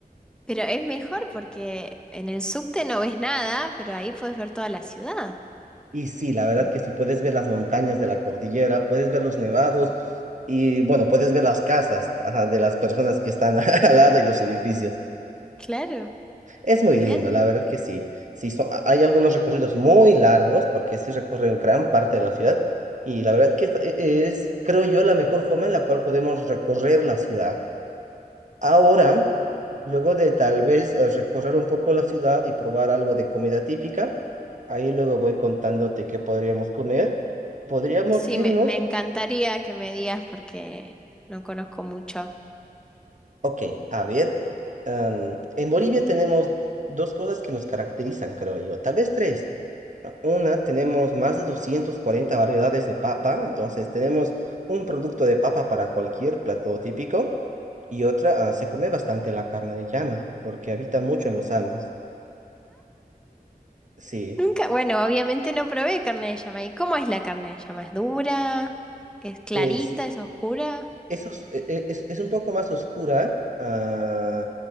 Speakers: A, in the centre; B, on the right.
A: Pero es mejor porque en el subte no ves nada, pero ahí puedes ver toda la ciudad.
B: Y sí, la verdad
A: En-
B: que si puedes ver las montañas de la cordillera, puedes ver los nevados, Y bueno, puedes ver las casas, ajá, de las personas que están <laughs> al lado y los edificios.
A: Claro,
B: Es muy
A: mirá.
B: lindo,
A: no-
B: la verdad que sí. Sí, so- hay algunos recorridos muy largos porque sí recorrió gran parte de la ciudad y la verdad que esta e- es, creo yo, la mejor forma en la cual podemos recorrer la ciudad. Ahora, luego de tal vez eh, recorrer un poco la ciudad y probar algo de comida típica, ahí luego voy contándote qué podríamos comer. Podríamos
A: Sí,
B: irnos
A: me, me encantaría que me digas porque no conozco mucho.
B: Ok, a ver, am, en Bolivia tenemos dos cosas que nos caracterizan, creo yo, tal vez tres. Una, tenemos más de 240 variedades de papa, entonces tenemos un producto de papa para cualquier plato típico. Y otra, ah, se come bastante la carne de llama, porque habita mucho en los Andes. Sí,
A: Nunca, bueno, obviamente no probé carne de llama. ¿Y cómo es la carne de llama? ¿Es dura? ¿Es clarita?
B: es.
A: ¿Es oscura?
B: Eso es, e- e, es- es un poco más oscura ah,